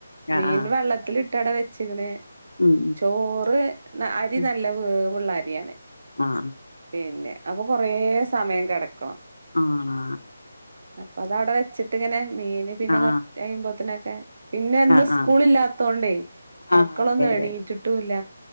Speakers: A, on the left; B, on the right.
A: ആഹ്
B: മീൻ
A: ആഹ്
B: വെള്ളത്തിൽ ഇട്ട് അവിടെ വെച്ച്ക്ക്ണ്
A: ഉം
B: ചോറ് അരി
A: ഉം
B: നല്ല വേവുള്ള അരിയാണ്
A: ആഹ്
B: പിന്നെ അപ്പൊ കൊറേ സമയം കിടക്കണം
A: ആഹ്
B: അപ്പൊ അത് അവിടെ വെച്ചിട്ട് ഇങ്ങനെ മീന് പിന്നെ
A: ആഹ് ആഹ്
B: കൊറച്ച് കയുമ്പോത്തനൊക്കെ പിന്നെ ഇന്ന്
A: ആഹ്
B: സ്കൂൾ
A: ആഹ്
B: ഇല്ലാത്തോണ്ടേ മക്കളൊന്നും
A: ആഹ് അതെ അതെ
B: എണീറ്റിട്ടും ഇല്ല